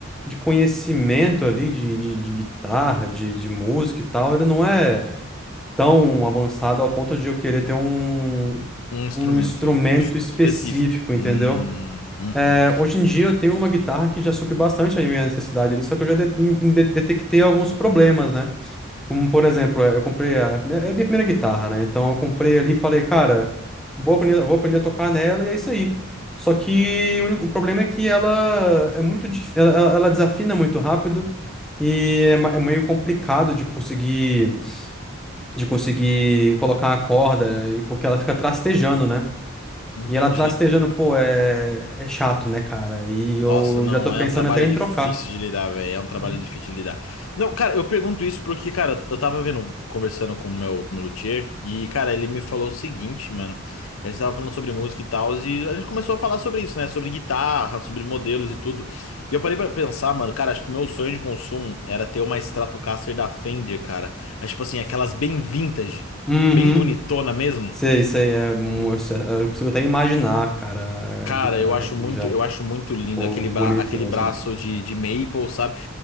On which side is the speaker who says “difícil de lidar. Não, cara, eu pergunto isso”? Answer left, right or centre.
Left